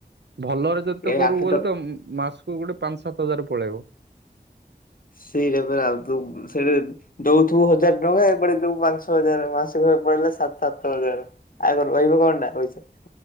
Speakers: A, on the right; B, on the left.
A: ଭଲରେ ଯଦି ତ
B: ଏ
A: କରୁ
B: ଆଠ
A: ବୋଲେ
B: ଟ
A: ତ ମ ମାସ୍ ସକୁ ଗୋଟେ ପାଞ୍ଚ ସାତ ହଜାର ପଳେଇବ।
B: ସେଇଟା ପା ଆଉ ତୁ ସେଇଟା ଦଉଥିବୁ ହଜାର ଟଙ୍କା ଏପଟେ ଦବୁ ପାଞ୍ଚ ଆଠ ହଜାର ମାସିକ ଭାବେ ପଡିଲେ ସାତ ସାତ ହଜାର ଆଗ ରହିବ କଣଟା ପଇସା।